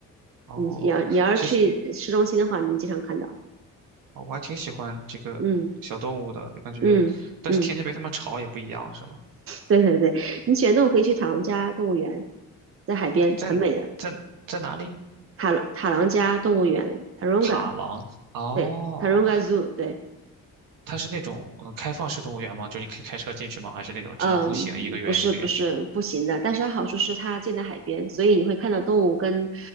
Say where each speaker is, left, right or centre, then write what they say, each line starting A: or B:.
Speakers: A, on the right (about 75°); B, on the right (about 40°).
A: 哦，
B: 你你要你要是去市中心的话，
A: 其实。
B: 你经常看到。
A: 啊，我还挺喜欢这个小动物的，
B: 嗯
A: 就感觉，
B: 嗯嗯。
A: 但是天天被它们吵也不一样，是吗？
B: 对对对，你喜欢动物可以去塔朗加动物园，在海边很美的
A: 在在在哪里？
B: 塔塔朗加动物园 （Taronga），
A: 塔廊哦，
B: 对，Taronga Zoo，对，
A: 它是那种嗯开放式动物园吗？就你可以开车进去吗？还是那种只能步行一个园一个园区？
B: 嗯，不是不是不行的，但是它好处是它建在海边，所以你会看到动物跟